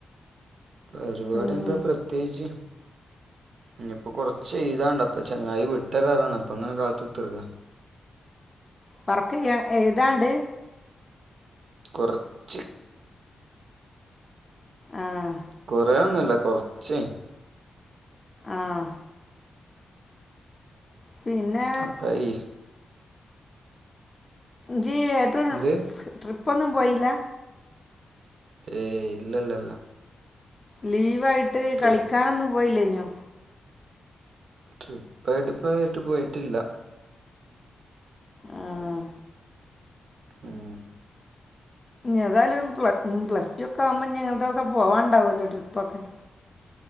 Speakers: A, on the right; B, on the left.
A: പരിപാടി
B: ഉം
A: എന്താ പ്രത്യേകിച്ച് ഇനിയിപ്പൊ കൊറച്ച് എയ്താണ്ട് അപ്പൊ ചങ്ങായി വിട്ടാരറന് അപ്പങ്ങനെ കാത്തുത്തർക്ക
B: വർക്ക് യ്യാ എഴുതാണ്ട്
A: കൊറച്ച്
B: ആഹ്
A: കൊറേയൊന്നുല്ല കൊറച്ച്
B: ആഹ് പിന്നേ
A: അപ്പം ഈ
B: ഈ <unintelligible> ട്ട്രിപ്പ്
A: എന്ത്
B: ട്രിപ്പൊന്നും പോയില്ല
A: ഏയ് ഇല്ല ഇല്ലല്ലല്ല
B: ലീവായിട്ട് ട്ട്
A: ട്രിപ്പ്
B: കളിക്കാനൊന്നും പോയില്ലെന്നു
A: ട്രിപ്പായിട്ട് ഇപ്പ ഇറ്റ് പോയിട്ടില്ല
B: ആഹ്
A: ഉം
B: ഏതായാലും പ്ല പ്ലസ് ടു ഒക്കെ ആവുമ്പോ ഞങ്ങട്ടൊക്കെ പോവാണ്ടുവല്ലേ ട്രിപ്പൊക്കെ